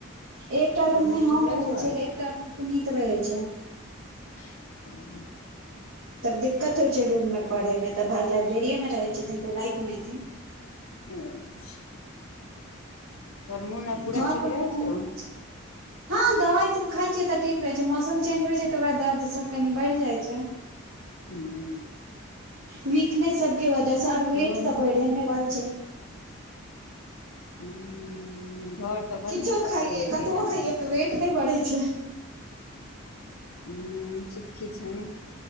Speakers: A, on the right; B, on the left.
A: एकटा
B: करमोन
A: रूम मे हम
B: ठीक रहै
A: रहे
B: छौ
A: छिये, एकटा रूम मे पुनीत रहै छै।
B: <unintelligible>
A: तब दिक्कत होइ छै रूम मे पढ़े मे तऽ, भााय लाइब्रेरि मे रहै छथिन, फेर राइत मे एयथिन।
B: अच्छा तोहर मोन आब
A: घर
B: पूरा ठीक
A: पर
B: रहै
A: पढ़ल
B: छौ।
A: नहि होइ छै हँ दवाइसभ खाइ छियै तऽ, ठीक रहैत छै, मौसम चेंज होइ छै तऽ, ओहे दर्दसभ कनि बढ़ि जाइत छै।
B: हूँ
A: वीकनेस सब के वजह स, और वेट
B: रूम
A: तऽ बढ़ै नहि रहल छै।
B: हम्म घर तऽ बड़
A: किछो
B: नीक पकड़ेलहु
A: खाइये कतबो
B: डेरा
A: खाइये
B: <unintelligible>
A: वेट नई बढ़ै छै।
B: हम्म सुखी छै।